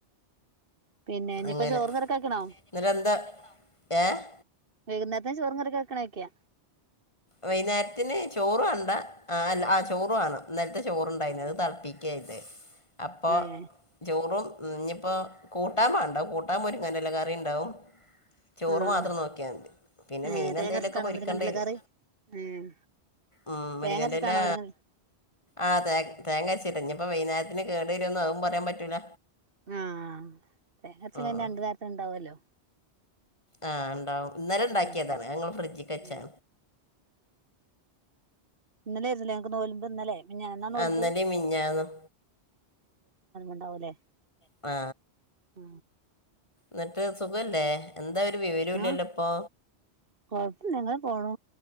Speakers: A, on the right; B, on the left.
A: പിന്നെ ഇനിപ്പ
B: അങ്ങനെ
A: ചോറും കറിയൊക്കെ വെക്കണോ
B: എന്നിട്ട് എന്താ ഏഹ്
A: വൈകുന്നേര്ത്തെ ചോറും കറിയൊക്കെ വെക്കണോ ഓയിക്ക്യാ
B: വൈന്നേരത്തിന് ചോറ് വേണ്ട ആഹ് അല്ല ആ ചോറ് വേണം ഇന്നൽത്തെ ചോറ്ണ്ടായിന് അത് തെളപ്പിക്ക്യ ഇന്ന് അപ്പോ
A: ഉം
B: ചോറും ഉം ഇനിപ്പോ കൂട്ടാൻ വേണ്ട കൂട്ടാൻ മുരിങ്ങ് ങ്ങൻ്റെല കറിണ്ടാവും ചോറ്
A: ആഹ്
B: മാത്രം നോക്കായാതി പിന്നെ
A: ഏഹ്
B: മീനെന്തേലൊക്കെ
A: തേങ്ങരച്ചിട്ടാണോ
B: പൊരിക്കണ്ടേരും
A: മുരിങ്ങന്റെല കറി ഉം
B: ഉം മുരിങ്ങൻ്റെലാ
A: തേങ്ങരച്ചിട്ടാണോ മുരിങ്ങ
B: ആഹ് തേങ്ങ് തേങ്ങരച്ചിട്ട ഇഞ്ഞിപ് പ്പ വൈന്നേരത്തിന് കേടു വരോന്ന് അഉം പറയാൻ പറ്റൂല
A: ങാ തേങ്ങരച്ച്ങ്ങാ
B: ഉം.
A: രണ്ട് നേരത്തിന്ണ്ടാവുവല്ലോ
B: ആ ഇണ്ടാവും ഇന്നലെണ്ടാക്ക്യേതാണ്
A: ഉം
B: ഞങ്ങൾ ഫ്രിഡ്ജിക്കച്ചാ
A: ഏഹ് ഇന്നലേര്നു ലേ ങ്ങക്ക് തോൽമ്പ് ഇന്നലെ ഞാ എന്നാ നോൽമ്പ്ന്ത
B: ആ ഇന്നലെയും മിഞ്ഞാന്നും
A: ഉണ്ടാവല്ലേ
B: ആ
A: ആ
B: എന്നിട്ട് സുഖല്ലേ എന്താ ഒരു വിവരൊല്ല്യല്ലോപ്പൊ
A: ആഹ് കൊഴപ്പല്ല ഇങ്ങനെ പോണു